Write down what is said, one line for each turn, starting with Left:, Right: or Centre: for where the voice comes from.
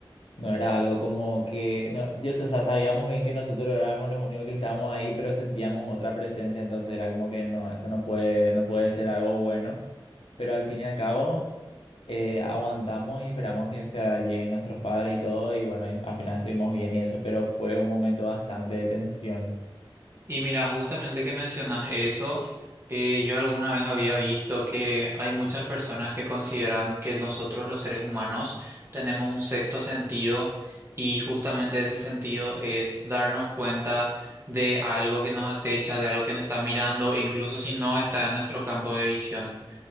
Left: no era algo como que, no, yo- o sea, sabíamos bien que nosotros éramos los únicos que estábamos ahí, pero sentíamos otra presencia, entonces era como que no, esto no puede, no puede ser algo bueno, pero al fin y al cabo eh, aguantamos y esperamos que hasta lleguen nuestros padres y todo, y bueno, y al final estuvimos bien y eso, pero fue un momento bastante de tensión.
Right: Y mira, justamente que mencionas eso, eh, yo alguna vez había visto que hay muchas personas que consideran que nosotros los seres humanos tenemos un sexto sentido y justamente ese sentido es darnos cuenta de algo que nos acecha, de algo que nos está mirando, incluso si no está en nuestro campo de visión.